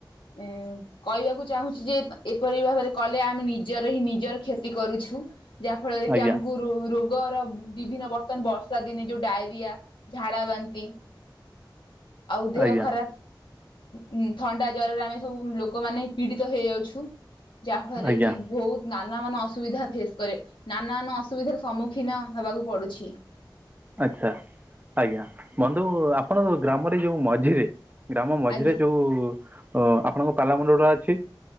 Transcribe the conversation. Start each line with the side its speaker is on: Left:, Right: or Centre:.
Left: ଏଁ କଇବାକୁ ଚାହୁଁଛି ଯେ ପ ଏପରି ଭାବରେ କଲେ ଆମେ ନିଜର ହିଁ ନିଜର କ୍ଷତି କରୁଛୁ। ଯା ଫଳରେ କି
Right: ଆଜ୍ଞା
Left: ଆମୁକୁ ରୁ ରୋଉ ଗର ବି ଭିନ୍ନ ବର୍ତ୍ତମାନ ବର୍ଷାଦିନେ ଯୋଉ ଡାଇରିଆ ଝାଡାବାନ୍ତି ଆଉ ଦେହ
Right: ଆଜ୍ଞା
Left: ଖରାପ୍ ଉଁ ଉଁ ଥଣ୍ଡା ଜରରେ ଆମେ ସବୁ ଉଁ ଲୋକମାନେ ପୀଡିତ ହେଇଯାଉଛୁ ଯା ଫଳରେ
Right: ଆଜ୍ଞା
Left: କି ବୋହୁତ ନାନା ମାନ ଅସୁବିଧା ଫେସ୍ କରିଆ ନାନା ମାନ ଅସୁବିଧାର ସମ୍ମୁଖୀନ ହେବାକୁ ପଡୁଛି।
Right: ଆଚ୍ଛା ଆଜ୍ଞା ବନ୍ଧୁ ଆପଣଙ୍କ ଗ୍ରାମରେ ଯୋଉ ମଝିରେ ଗ୍ରାମ ମଝିରେ
Left: ଆଜ୍ଞା
Right: ଯୋଉ ଅ ଆପଣଙ୍କ ପାଲାମଣ୍ଡପଟା ଅଛି।